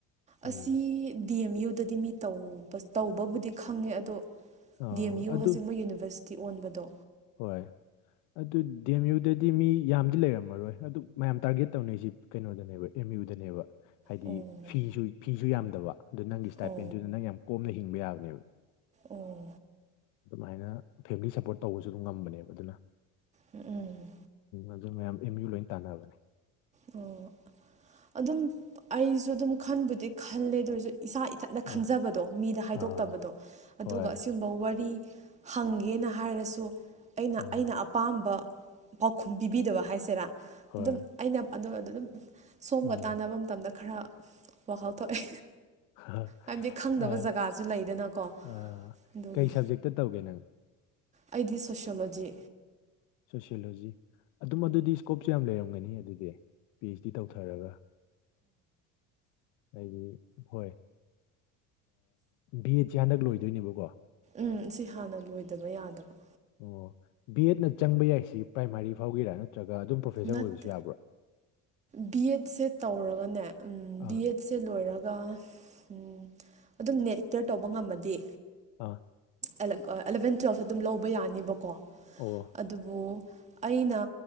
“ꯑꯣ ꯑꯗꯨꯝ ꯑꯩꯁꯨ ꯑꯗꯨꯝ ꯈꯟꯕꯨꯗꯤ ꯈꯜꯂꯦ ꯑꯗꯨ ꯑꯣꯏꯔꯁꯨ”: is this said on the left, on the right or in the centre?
Right